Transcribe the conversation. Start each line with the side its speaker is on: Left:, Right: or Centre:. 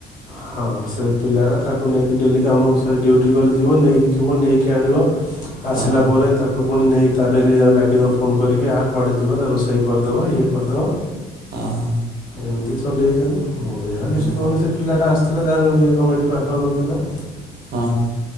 Left: ହଁ, ସେ ପିଲାଟା ତାକୁ ନେଇକି ଡେଲି କାମକୁ ସେ ଡ୍ୟୁଟି କରି ଯିବ ନେଇକି ଯିବ ନେଇକି ଆଣିବ। ଆସିଲା
Right: ଓହୋ
Left: ପରେ ତାକୁ ପୁଣି ନେଇ ତା ଡେଲି ଯା ଡାକି ଦବୁ ଫୋନ୍ କରିକି ଏହା କୁଆଡ଼େ ଯିବା ତା ରୋଷେଇ କରିଦବା ଇଏ କରିଦବା।
Right: ଆ ହା।
Left: ଏମତି ଚଲେଇଚନ୍ତି। ମୁଁ ବି ଆଉ କିଛି
Right: ହୁଁ
Left: କହୁନି ସେ ପିଲାଟା ଆସିଥିଲା ତାର ଇଏ କ ଏଇଠି ପାଖରେ ରହୁଥିଲା।
Right: ଅଁ ହ।